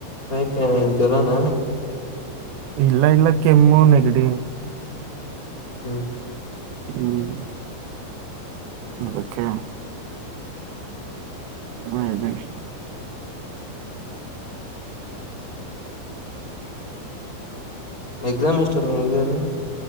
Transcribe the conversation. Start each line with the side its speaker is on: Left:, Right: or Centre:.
Left: ಆಯಕ ಜ್ವರಾನ
Right: ಇಲ್ಲ ಇಲ್ಲ ಕೆಮ್ಮು ನೆಗಡಿ
Left: ಹ್ಮ್
Right: ಹ್ಮ್ ಮಕ್ಕೆ
Left: ಹ್ಮ
Right: ಆತನೆ <inaudible>
Left: ಎಕ್ಸಾಮ್ ಎಷ್ಟತ್ತು ಮು ಅದು